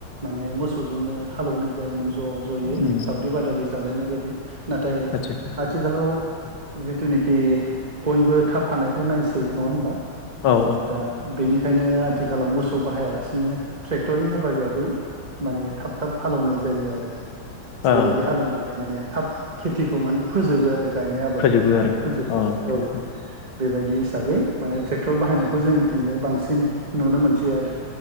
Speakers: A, on the right; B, on the left.
A: माने मोसौजोंनो हालौवनाय जायोमोन ज' ज'यै
B: उम
A: सावरि बादालि जालायनाय बायदि नाथाय
B: आदसा आदसा
A: आथिखालाव ज जिथुनिखि बयबो थाब हानायखौ नायसै सै नङा होनबा
B: औ
A: दा बेनि खायनो आथिखालाव मोसौ बाहायालासिनो ट्रेक्टरनि हेफाजाबै माने थाब थाब हालौनाय जायो आरो
B: ओ
A: बेबायदि हालौवनानै माने थाब खेथिखौ माने फोजोबो आरो। गायनाय आबादफोरखौ
B: फोजोबो आरो
A: थाब फोजोबनो
B: अके
A: औ बेबायदिस माने ट्रेक्टर बाहायनायखौ जोंनिथिंजाय बांसिन नुनो मोनसै आरो।